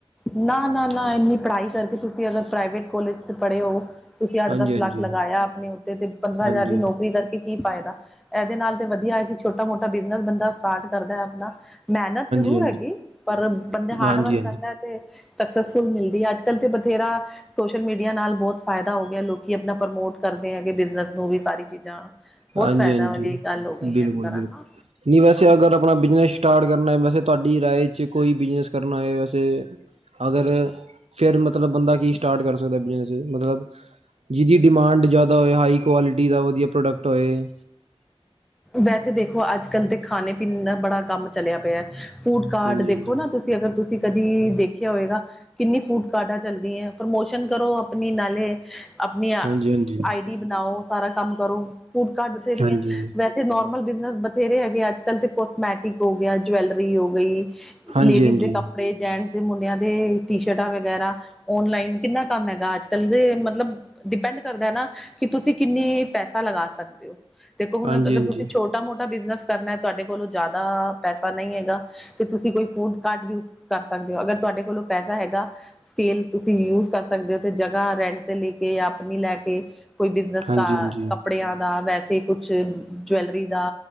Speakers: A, in the centre; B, on the right.
A: ਨਾ ਨਾ ਨਾ ਇੰਨੀ ਪੜ੍ਹਾਈ ਕਰਕੇ ਤੁਸੀਂ, ਅਗਰ ਪ੍ਰਾਈਵੇਟ ਕੋਲੇਜ ਪੜ੍ਹੇ ਓ ਤੁਸੀਂ ਅੱਠ
B: ਹਾਂਜੀ
A: ਦਸ
B: ਹਾਂਜੀ
A: ਲੱਖ ਲਗਾਇਆ
B: ਹਾਂਜੀ
A: ਆਪਣੇ ਉੱਤੇ ਤੇ ਪੰਦਰਾਂ
B: ਹਾਂਜੀ
A: ਹਜ਼ਾਰ ਦੀ ਨੌਕਰੀ ਕਰਕੇ ਕੀ ਫਾਇਦਾ ਇਹਦੇ ਨਾਲ ਤੇ ਵਧੀਆ ਹੈ ਕਿ ਛੋਟਾ ਮੋਟਾ ਬਿਜਨਸ ਬੰਦਾ ਸਟਾਰਟ ਕਰਦਾ ਹੈ ਆਪਣਾ ਮਿਹਨਤ ਜ਼ਰੂਰ
B: ਹਾਂਜੀ
A: ਹੈਗੀ ਪਰ ਬੰਦੇ
B: ਹਾਂਜੀ
A: ਹਾਰਡ ਵਰਕ
B: ਹਾਂਜੀ
A: ਕਰਦਾ ਤੇ ਸਕਸੈਸਫੁਲ ਮਿਲਦੀ ਅੱਜ ਕੱਲ੍ਹ ਤੇ ਬਥੇਰਾ ਸੋਸ਼ਲ ਮੀਡੀਆ ਨਾਲ ਬਹੁਤ ਫਾਇਦਾ ਹੋ ਗਿਆ ਲੋਕੀ ਆਪਣਾ ਪ੍ਰਮੋਟ ਕਰਦੇ ਹੈਗੇ ਬਿਜਨਸ ਨੂੰ ਵੀ ਸਾਰੀ ਚੀਜ਼ਾਂ ਬਹੁਤ
B: ਹਾਂਜੀ
A: ਫਾਇਦਾ
B: ਹਾਂਜੀ
A: ਵਾਲੀ ਗੱਲ ਹੋ ਗਈ
B: ਬਿਲਕੁਲ
A: ਹੈ ਇਸ ਤਰ੍ਹਾਂ
B: ਬਿਲਕੁਲ
A: ਨਾ
B: ਨਹੀਂ ਵੈਸੇ ਅਗਰ ਆਪਣਾ ਬਿਜਨਸ ਸਟਾਰਟ ਕਰਨਾ ਐ, ਵੈਸੇ ਤੁਹਾਡੀ ਰਾਏ ਚ ਕੋਈ ਬਿਜਨਸ ਕਰਨਾ ਐ ਵੈਸੇ ਅਗਰ ਫਿਰ ਮਤਲਬ ਬੰਦਾ ਕੀ ਸਟਾਰਟ ਕਰ ਸਕਦਾ ਬਿਜਨਸ ਮਤਲਬ ਜਿਹਦੀ ਡਿਮਾਂਡ ਜ਼ਿਆਦਾ ਹੋਏ ਹਾਈ ਕੁਆਲਿਟੀ ਦਾ ਵਧੀਆ ਪ੍ਰੋਡਕਟ ਹੋਏ
A: ਵੈਸੇ ਦੇਖੋ ਅੱਜ ਕੱਲ੍ਹ ਤਾਂ ਖਾਣੇ ਪੀਣ ਦਾ ਬੜਾ ਕੰਮ ਚਲਿਆ ਪਿਆ ਫੂਡ ਕਾਰਡ
B: ਹਾਂਜੀ
A: ਦੇਖੋ
B: ਹਾਂਜੀ
A: ਨਾ ਤੁ ਸੀ ਅਗਰ ਤੁਸੀਂ ਕਦੀ ਦੇਖਿਆ ਹੋਏਗਾ ਕਿੰਨੀ ਫੂਟ ਕਾਰਡਾਂ ਚੱਲਦੀਆ ਪ੍ਰਮੋਸ਼ਨ ਕਰੋ ਆਪਣੀ ਨਾਲੇ ਆਪਣੀ
B: ਹਾਂਜੀ ਹਾਂਜੀ
A: ਆਈ ਡੀ ਬਣਾਓ ਸਾਰਾ ਕੰਮ ਕਰੋ ਫੂਡ ਕਾਰ ਬਥੇਰੀਆਂ
B: ਹਾਂਜੀ
A: ਵੈਸੇ ਨੋਰਮਲ ਬਿਜਨਸ ਬਥੇਰੇ ਹੈਗੇ ਅੱਜ ਕੱਲ ਤੇ ਕੋਸਮੈਟਿਕ ਹੋ ਗਿਆ ਜੁੈਲਰੀ ਹੋ ਗਈ
B: ਹਾਂਜੀ
A: ਲੇਡੀਜ਼
B: ਹਾਂਜੀ
A: ਦੇ ਕੱਪੜੇ ਜੈਂਟਸ ਦੇ ਮੁੰਡਿਆਂ ਦੇ ਟੀ ਸ਼ਰਟਾਂ ਵਗੈਰਾ ਔਨਲਾਈਨ ਕਿੰਨਾ ਕੰਮ ਹੈਗਾ ਅੱਜ ਕੱਲ੍ਹ ਦੇ ਮਤਲਬ ਡਿਪੈਂਡ ਕਰਦਾ ਹੈ ਨਾ ਕਿ, ਤੁਸੀਂ ਕਿੰਨੀ ਪੈਸਾ ਲਗਾ ਸਕਦੇ ਓ ਹੁਣ
B: ਹਾਂਜੀ
A: ਅਗਰ
B: ਹਾਂਜੀ
A: ਤੁਸੀਂ ਛੋਟਾ- ਮੋਟਾ ਬਿਜਨਸ ਕਰਨਾ ਤੁਹਾਡੇ ਕੋਲੋਂ ਜ਼ਿਆਦਾ ਪੈਸਾ ਨਹੀਂ ਹੈਗਾ ਤੇ ਤੁਸੀਂ ਕੋਈ ਫੂਡ ਕਾਰਟ ਯੂਜ਼ ਕਰ ਸਕਦੇ ਹੋ ਅਗਰ ਤੁਹਾਡੇ ਕੋਲੋਂ ਪੈਸਾ ਹੈਗਾ ਸਕੇਲ ਤੁਸੀਂ ਯੂਜ ਕਰ ਸਕਦੇ ਓ ਜਗ੍ਹਾ ਰੈਂਟ ਤੇ ਲੈ ਕੇ ਜਾਂ ਆਪਣੀ ਲੈ ਕੇ ਕੋਈ ਬਿਜਨਸ
B: ਹਾਂਜੀ
A: ਕ
B: ਹਾਂਜੀ ਹਾਂਜੀ
A: ਕੱਪੜਿਆਂ ਦਾ ਵੈਸੇ ਕੁਛ ਜੂਐਲਰੀ ਦਾ